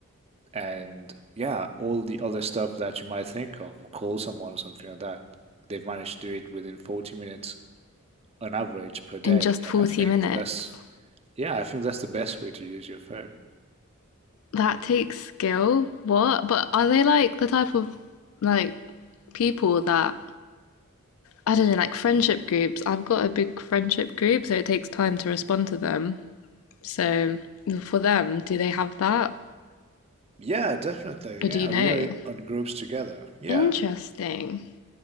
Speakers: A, on the right; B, on the left.
A: and yeah, all the other stuff that you might think of, call someone or something like that. They've managed to do it within forty minutes on average per day,
B: In just
A: and
B: forty
A: I think
B: minutes.
A: that's yeah, I think that's the best way to use your phone.
B: That takes skill. What? But are they like the type of like people that I don't know, like friendship groups? I've got a big friendship group, so it takes time to respond to them. So for them, do they have that?
A: Yeah, definitely.
B: Or
A: Yeah,
B: do you know?
A: we are in- on groups together. Yeah,
B: Interesting.